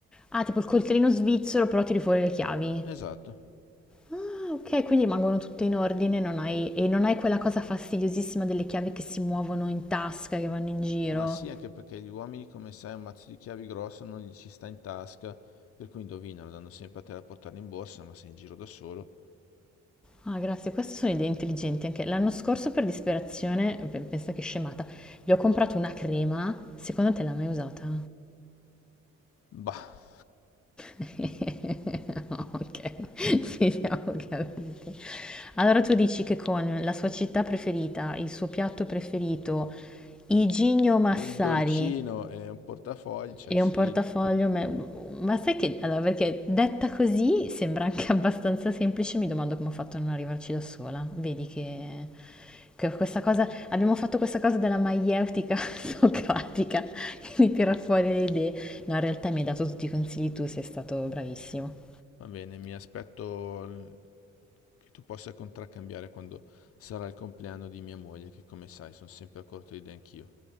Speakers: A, in the centre; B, on the left (about 50°).
A: Ah, tipo il coltellino svizzero, però tiri fuori le chiavi.
B: Esatto.
A: Ah, ok, quindi rimangono tutte in ordine, non hai- e non hai quella cosa fastidiosissima delle chiavi che si muovono in tasca, che vanno in giro.
B: Ma sì, anche perché gli uomini, come sai, un mazzo di chiavi grosso non gli ci sta in tasca, per cui indovinano, danno sempre a te da portare in borsa, ma sei in giro da solo.
A: Ah, grazie, queste sono idee intelligenti anche. L'anno scorso per disperazione, pe- pensa che scemata, gli ho comprato una crema, secondo te l'ha mai usata?
B: Bah,
A: <laughs> Ok, finiamo capiti. Allora tu dici che con la sua città preferita, il suo piatto preferito, i Gigno Massari
B: il dolcino e un portafoglio, cioè
A: E
B: sì.
A: un portafoglio, ma, ma sai che, allora, perché detta così sembra anche <laughs> abbastanza semplice, mi domando come ho fatto a non arrivarci da sola. Vedi che, che questa cosa, abbiamo fatto questa cosa della maieutica <laughs> socratica che mi tira fuori le idee. No, in realtà mi hai dato tutti i consigli tu, sei stato bravissimo.
B: Va bene, mi aspetto l- che tu possa contraccambiare quando sarà il compleanno di mia moglie, che come sai sono sempre a corto di idee anch'io.